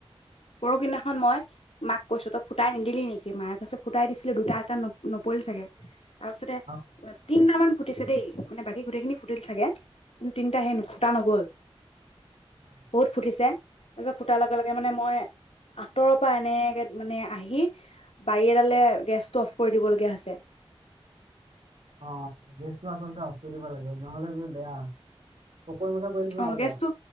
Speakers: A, on the left (about 80°); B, on the right (about 80°).
A: পৰশি দিনাখন মই মাক কৈছোঁ তই ফুটাই নিদিলি নেকি, মায়ে কৈছে ফুটাই দিছিলোঁ দুটা এটা ন নপৰি। চাগে, তাৰপিছতে
B: অ',
A: তিনটামান ফুটিছে দেই মানে বাকী গোটেইখিনি ফুটিল চাগে। কিন্ত তিনিটা হেনো
B: অ
A: ফুটা নগ'ল।
B: অ
A: বহুত ফুটিছে, তাৰপিছত ফুটাৰ লগে লগে মানে মই আঁতৰৰ পৰা এনেকে মানে আহি, বাৰী এডালে গেছটো অফ্ কৰি দিব লগীয়া হৈছে। ছে
B: অহ, গেছটো আচলতে অফ্ কৰি দিব লাগে নহ'লে কিন্তু বেয়া।
A: অ
B: <unintelligible> আগতে।
A: গেছটো